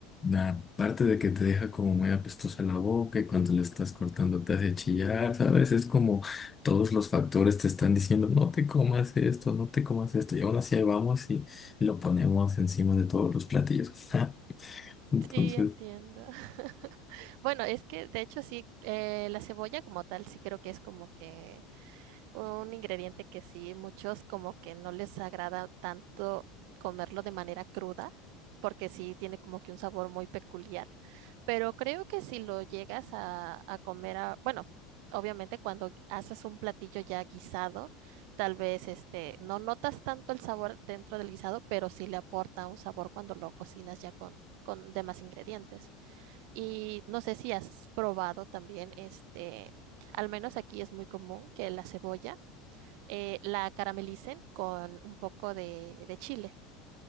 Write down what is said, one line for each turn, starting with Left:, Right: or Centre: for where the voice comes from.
Left: La parte de que te deja como muy apestosa la boca y cuando la estás cortando te hace chillar, ¿sabes? Es como todos los factores te están diciendo, no te comas esto, no te comas esto, y aún así ahí vamos y lo ponemos encima de todos los platillos. <laughs> Entonces,
Right: Sí, entiendo. <laughs> Bueno, es que de hecho sí, eh, la cebolla como tal sí creo que es como que Un ingrediente que sí, muchos como que no les agrada tanto comerlo de manera cruda, porque sí tiene como que un sabor muy peculiar. Pero creo que si lo llegas a, a comer, a- bueno, obviamente cuando haces un platillo ya guisado, tal vez este, no notas tanto el sabor dentro del guisado, pero sí le aporta un sabor cuando lo cocinas ya con, con demás ingredientes. Y no sé si has probado también este, al menos aquí es muy común que la cebolla eh, la caramelicen con un poco de, de chile.